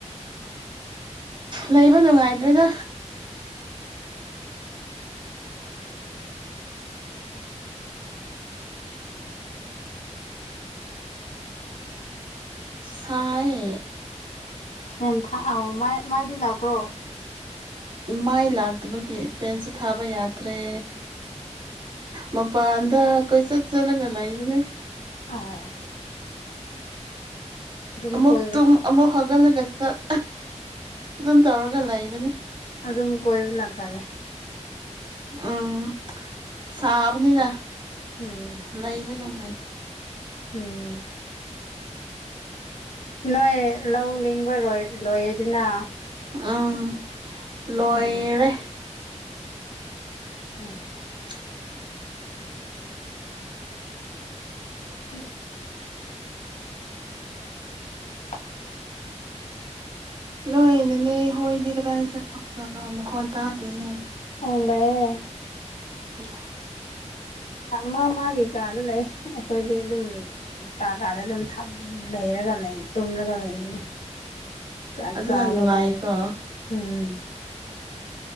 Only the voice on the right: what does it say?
ꯂꯩꯕ ꯅꯨꯡꯉꯥꯏꯇ꯭ꯔꯦꯗ ꯁꯥ ꯌꯦ
ꯃꯥꯏ ꯂꯥꯛꯇꯕꯒꯤ ꯐꯦꯟꯁꯨ ꯊꯥꯕ ꯌꯥꯇꯔꯦ ꯃꯄꯥꯟꯗ ꯀꯣꯏꯆꯠ ꯆꯠꯂꯒ ꯂꯩꯕꯅꯦ
ꯑꯃꯃꯨꯛ
ꯇꯨꯝ ꯑꯃꯃꯨꯛ ꯍꯧꯒꯠꯂꯒꯆꯠ ꯑꯗꯨꯝ ꯇꯧꯔꯒ ꯂꯩꯕꯅꯦ
ꯎꯝ ꯁꯥꯕꯅꯤꯅ
ꯂꯩꯕ ꯅꯨꯡꯉꯥꯏ
ꯑꯥ ꯂꯣꯏꯔꯦ
<inaudible>
ꯅꯣꯏ ꯅꯅꯦ ꯍꯣꯏꯗꯤ ꯀꯗꯥꯏ ꯆꯠꯈ꯭ꯔꯞꯆꯅꯣ ꯃꯈꯣꯟ ꯇꯥꯗꯦꯅꯦ
<unintelligible>
ꯑꯗꯨꯅ
ꯅꯨꯡꯉꯥꯏꯀꯣ